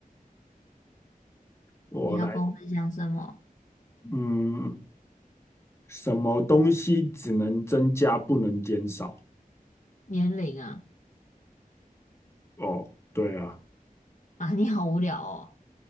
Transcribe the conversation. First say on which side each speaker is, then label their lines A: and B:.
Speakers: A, on the left; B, on the left.
A: 我来，
B: 你要跟我分享什么？
A: 嗯，什么东西只能增加不能减少？
B: 年龄啊？
A: 哦，对啊，
B: 啊，你好无聊哦。